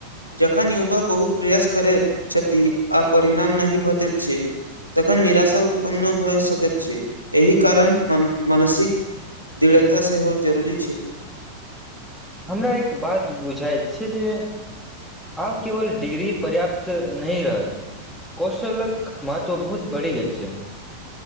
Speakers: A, on the left; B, in the centre.
A: जखन युवा बहुत प्रयास करैत छथि आ परिणाम नहि भटैत छै, तखन निराशा उत्पन्न भए सकैत छै, एहि कारण मान मानसिक दृढ़ता सेहो जरूरी छै।
B: हमरा एक बात बुझाएत छै जे आब केवल डिग्री पर्याप्त नहि रहल, कौशलक महत्व बहुत बढ़ि गेल छै।